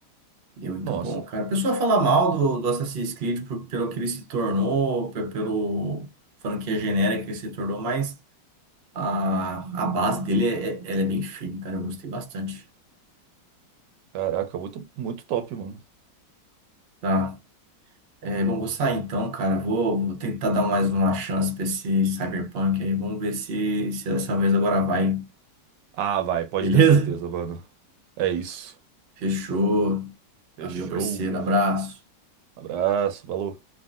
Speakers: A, on the right; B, on the right.
A: E é muito
B: Nossa.
A: bom, cara. O pessoal fala mal do, do Assassin's Creed por- pelo que ele se tornou, pe- pelo franquia genérica que ele se tornou, mas a, a base dele é, é- ela é bem firme, cara. Eu gostei bastante.
B: Caraca, muito, muito top, mano.
A: Tá. É, bom, vou sair então, cara. Vou, vou tentar dar mais uma chance pra esse Cyberpunk aí. Vamos ver se, se dessa vez agora vai.
B: Ah, vai, pode
A: Beleza?
B: ter certeza, mano. É isso.
A: Fechou. Valeu,
B: Fechou.
A: parceiro. Abraço.
B: Abraço, valeu.